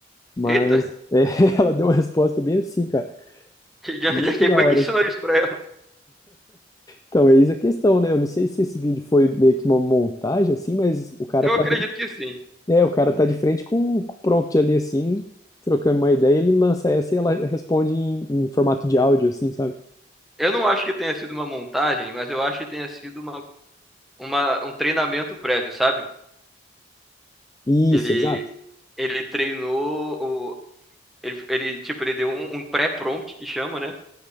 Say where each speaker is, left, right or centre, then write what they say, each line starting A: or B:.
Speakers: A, on the left; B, in the centre.
A: Mas
B: Eita,
A: é, <laughs> ela deu uma resposta bem assim, cara.
B: de
A: Muito
B: onde <laughs> é que
A: da
B: foi
A: hora.
B: que ensinou isso pra ela?
A: Então, é isso a questão, né? Eu não sei se esse vídeo foi meio que uma montagem, assim, mas o cara
B: Eu
A: tá
B: acredito
A: dentro,
B: que sim.
A: é O cara tá de frente com, com o prompt ali, assim, trocando uma ideia, ele lança essa e ela responde em, em formato de áudio, assim, sabe?
B: Eu não acho que tenha sido uma montagem, mas eu acho que tenha sido uma, uma, um treinamento prévio, sabe?
A: Isso,
B: que ele,
A: exato.
B: ele treinou, o- ele, ele, tipo, ele deu um, um pré-prompt que chama, né?